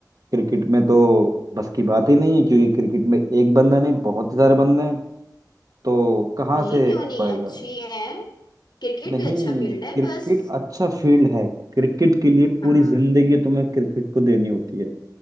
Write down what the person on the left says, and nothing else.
नहीं
क्यों नहीं
अच्छी है क्रिकेट
भी अच्छा फील्ड है
बस
हाँ